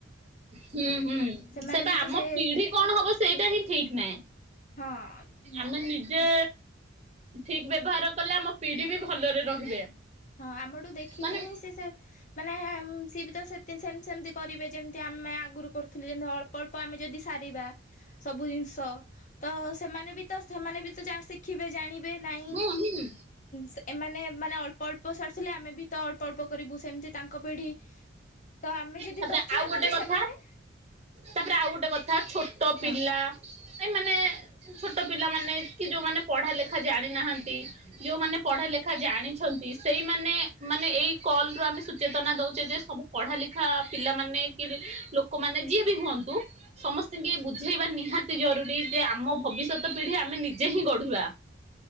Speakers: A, on the right; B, on the left.
A: ହୁଁ ହୁଁ
B: ସେମାନେ
A: ସେଟା
B: ବି
A: ଆମ
B: ତ ସେ
A: ପିଢି କଣ ହବ ସେଇଟା ହିଁ ଠିକ ନାଇଁ।
B: ହଁ
A: ଆମେ ନିଜେ ଠିକ୍ ବ୍ୟବହାର କଲେ ଆମ ପିଢି ବି ଭଲରେ ରହିବେ।
B: ହଁ ଆମଠୁ ଦେଖିକି
A: ମାନେ
B: ହିଁ ସେ ସେ ମାନେ ସିଏ ବି ତ ସେ ସେମତି ସେମିତି କରିବେ ଯେମିତି ଆମେ ଆଗରୁ କରୁଥିଲେ ଯେମିତି ଅଳ୍ପ ଅଳ୍ ପ ଆମେ ଯଦି ସାରିବା ସବୁ ଜିନିଷ ତ ସେମାନେ ବି ତ ସେମାନେ ବି ତ ଯାହା ଶିଖିବେ ଜାଣି ବେ ନାଇଁ
A: ହୁଁ ହୁଁ
B: ସ ଏମାନେ ମାନେ ଅଳ୍ ଅଳ୍ପ ସାରିଶିଲେ ଆମେ ବି ତ ଅଳ୍ପ ଅଳ୍ପ କରିବୁ। ସେମିତି ତାଙ୍କ ପିଢ଼ି ତ ଆମେ ଯଦି
A: ତାପରେ
B: କରିଥିବା
A: ଆଉ ଗୋଟେ
B: ତାହେଲେ
A: କଥା
B: ସେମାନେ
A: ତାପରେ ଆଉ ଗୋଟେ କଥା ଛୋଟ ପିଲା
B: ହଁ
A: ସେମାନେ ଛୋଟ ପିଲାମାନେ କି ଯୋଉମାନେ ପଢା ଲେଖା ଜାଣିନାହାନ୍ତି। ଯୋଉମାନେ ପଢା ଲେଖା ଜାଣିଛନ୍ତି ସେଇମାନେ ମାନେ ଏଇ କଲ ରୁ ଆମେ ସଚେତନା ଦଉଛେ ଯେ ସବୁ ପଢା ଲେଖା ପିଲାମାନେ କି ଲୋକମାନେ ଯିଏ ବି ହୁଅନ୍ତୁ। ସମସ୍ତିଙ୍କି ବୁଝେଇବା ନିହାତି ଜରୁରୀ ଯେ ଆମ ଭବିଷ୍ୟତ ପିଢି ଆମେ ନିଜେ ହିଁ ଗଢିବା।